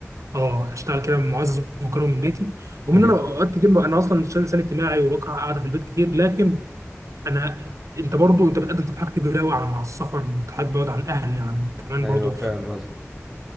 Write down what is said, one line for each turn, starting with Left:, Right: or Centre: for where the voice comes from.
Right: اه اشتغل كده معزز ومكرم من بيتي رغم
Centre: ايوه
Right: ان انا اوقات كتير بقى- انا اصلا إنسان إنسان اجتماعي وبكره قاعده في البيت كتير لكن انا انت برضو انت بتقدم تقترحات كبيره قوي على مع السفر تقترحات بعد عن الاهل عن كمان
Centre: ايوه
Right: برضو
Centre: فاهم قصدي